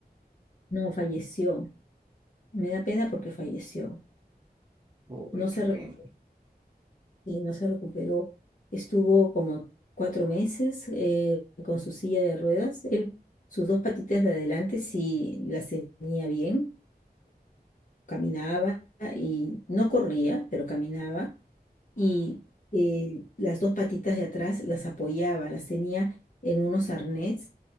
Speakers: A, on the left; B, on the right.
A: No, falleció. Me da pena porque falleció.
B: Ay,
A: No se,
B: qué pena.
A: recu- y no se recuperó. Estuvo como cuatro meses eh, con su silla de ruedas. Él, sus dos patitas de adelante sí las tenía bien caminaba y no corría, pero caminaba y eh, las dos patitas de atrás las apoyaba, las tenía en unos arnés